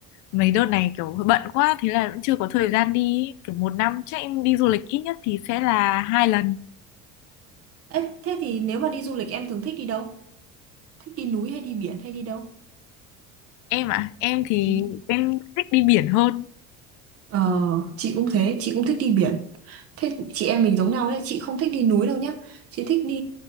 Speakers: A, on the left; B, on the right.
A: mấy đợt này kiểu bận quá thế là cũng chưa có thời gian đi ý. kiểu một năm chắc em đi du lịch ít nhất thì sẽ là hai lần
B: Ê, thế thì nếu mà đi du lịch em thường thích đi đâu? Thích đi núi hay đi biển hay đi đâu?
A: em à em thì
B: Ừ.
A: em thích đi biển hơn
B: Ờ chị cũng thế chị cũng thích đi biển Thế chị em mình giống nhau đấy, chị không thích đi núi đâu nhá. Chị thích đi